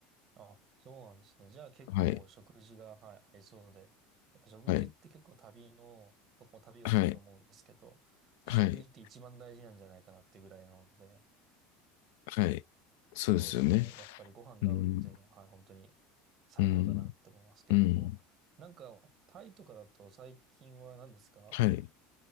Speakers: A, on the right; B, on the left.
A: あ、そうなんですね。じゃあ結構もう食事が、
B: はい。
A: はい、合いそうで。やっぱ食事って結構旅の、
B: はい。
A: 僕も旅をしてて思うんですけど、
B: はい。はい。
A: 食事って一番大事なんじゃないかなってぐらいなので、
B: はい。そうですよね。
A: そうですね。やっぱりご飯が合うっていうのは、
B: うん。
A: はい、本当に最高だなって思いますけれども、
B: うん。うん。
A: なんか、タイとかだと最近は何ですか
B: はい。